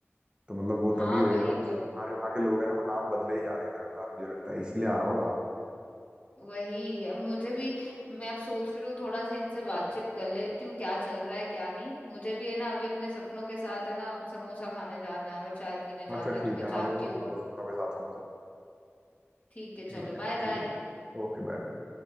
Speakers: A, on the right (about 20°); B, on the left (about 35°).
A: तो मतलब वो
B: हाँ
A: तभी होएगा
B: वही तो
A: जो तुम्हारे वहाँ के लोग हैं ना वो नाम बदले ही जा रहे हैं लगातार मुझे लगता है इसीलिए आ रहा होगा
B: वही अब मुझे भी मैं अब सोच रही हूँ थोड़ा सा इनसे बातचीत कर लेती हूँ क्या चल रहा है क्या नहीं मुझे भी है ना अभी अपने सपनों के साथ है ना समोसा खाने जाना है और चाय पीने
A: अच्छा
B: जाना है
A: ठीक
B: तो मैं
A: है
B: जाती
A: हाँ तो तुम
B: हूँ
A: खा लो सपनों के साथ समझ लो
B: ठीक है चलो
A: ठीक है
B: बाय बाय
A: ठीक है Okay bye bye